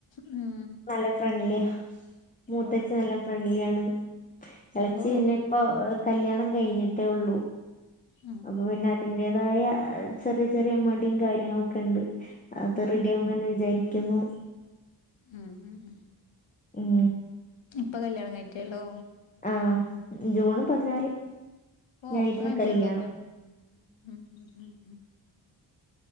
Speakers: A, on the left; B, on the left.
A: ഉം
B: നല്ല ഫ്രണ്ട്ലിയ. മൂത്തചി
A: വാ
B: നല്ല ഫ്രണ്ട്ലിയാണ്. എളച്ചി
A: ഓ
B: പിന്നെ ഇപ്പൊ കല്യാണം കഴിഞ്ഞിട്ടേ ഉള്ളൂ.
A: ഉം
B: അപ്പൊ
A: ഉം
B: പിന്നെ
A: ഉം
B: അതിന്റേതായ ചെറിയ ചെറിയ മടിയും കാര്യങ്ങളൊക്കെണ്ട് അത്
A: ഉം
B: റെഡിയാവുമെന്ന്
A: ഉം
B: വിചാരിക്കുന്നു.
A: ഹും ഉം ഉം
B: ഉം
A: ഇപ്പ കല്യാണം കഴിഞ്ഞിട്ടെ ഒള്ളോ?
B: ആഹ് ജൂണ് പതിനാല്.
A: ഓഹ്
B: നായിരുന്നു
A: ഇപ്പം കഴിഞ്ഞിട്ടെ
B: കല്യാണം
A: ഒള്ളു ലെ. ഉം ഉം ഉം ഉം